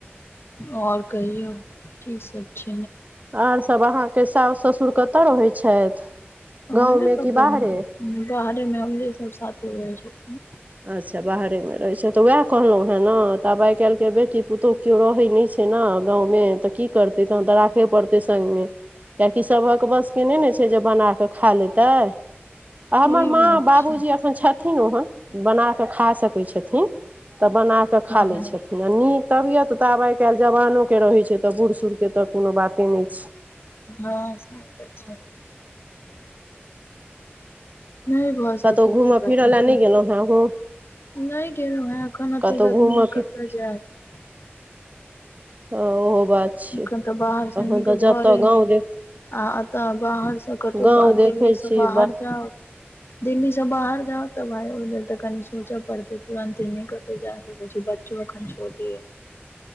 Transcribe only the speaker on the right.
आओर सभ अहाँ केँ साउस ससुर कतय रहै छथि गाँवमे
कि बाहरे
अच्छा बाहरेमे रहैत छै तऽ उएह कहलहुँ हे ने तऽ आब आइ काल्हि बेटी पुतोहु केओ रहै नै छै न गाँंवमे तऽ की करतै तहन तऽ राखे पड़ते संगमे कियाकि सबक बस केँ नै नै छै जे बना केँ खा लेतय आ
हमर माँ
बाबूजी
एखन छथिन ओहन बना कऽ खा सकय छथिन तऽ बना कऽ खा
लै छथिन आ नीक तबियत तऽ आब आइ काल्हि जवानोे केँ रहय छै तऽ बूढ़ सूढ़ केँ तऽ कोनो बाते नहि छै
कतहु घूमय
फिरय लए
नहि गेलहुँ हेँ अहूँ
कतहु
घूमय फिर
ओहो बात छै
अखन
तऽ
जतऽ गाँव देख
गाँव देखै
छी